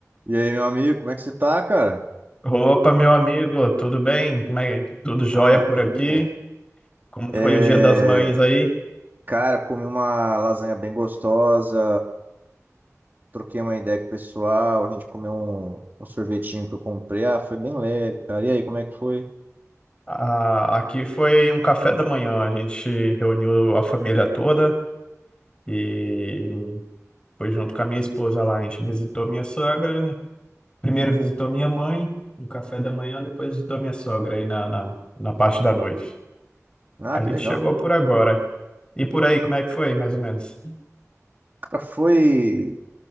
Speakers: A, on the right; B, on the left.
A: E aí, meu amigo, como é que você tá, cara?
B: Opa, meu amigo, tudo bem? Como é que tudo jóia
A: Maravilha.
B: por aqui? Como
A: É,
B: foi o Dia das Mães aí?
A: Cara, comi uma lasanha bem gostosa, troquei uma ideia com o pessoal, a gente comeu um, um sorvetinho que eu comprei. Ah, foi bem leve, cara. E aí, como é que foi?
B: Ah, aqui foi um café da manhã, a gente reuniu a família toda e foi junto com a minha esposa lá. A gente visitou minha sogra, primeiro visitou minha mãe no café da manhã, depois visitou minha sogra aí na, na, na parte da noite.
A: Ah,
B: A
A: que
B: gente
A: legal,
B: chegou
A: cara.
B: por agora. E por aí, como é que foi, mais ou menos?
A: Cara, foi